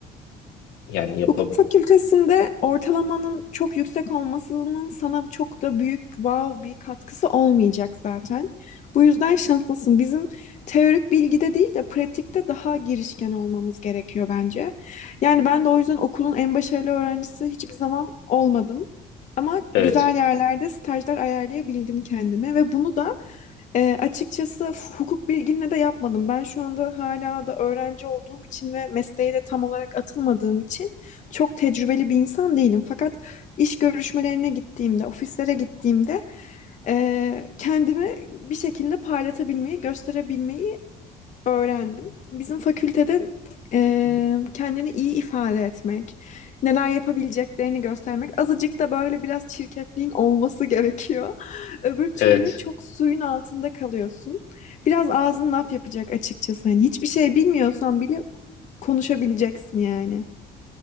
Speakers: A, on the left (about 85°); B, on the left (about 45°).
A: Yani yapıp
B: Hukuk fakültesinde ortalamanın çok yüksek olmasının sana çok da büyük wow bir katkısı olmayacak zaten. Bu yüzden şanslısın. Bizim teorik bilgide değil de pratikte daha girişken olmamız gerekiyor bence. Yani ben de o yüzden okulun en başarılı öğrencisi hiçbir zaman olmadım. Ama
A: evet.
B: güzel yerlerde stajlar ayarlayabildim kendime ve bunu da e, açıkçası f- hukuk bilgimle de yapmadım. Ben şu anda hala da öğrenci olduğum için ve mesleğe de tam olarak atılmadığım için çok tecrübeli bir insan değilim. Fakat iş görüşmelerine gittiğimde, ofislere gittiğimde eee, kendimi bir şekilde parlatabilmeyi, gösterebilmeyi öğrendim. Bizim fakültede eee, kendini iyi ifade etmek, neler yapabileceklerini göstermek, azıcık da böyle biraz çirkefliğin olması gerekiyor. Öbür türlü
A: Evet.
B: çok suyun altında kalıyorsun. Biraz ağzın laf yapacak açıkçası. Hani hiçbir şey bilmiyorsan bile konuşabileceksin yani.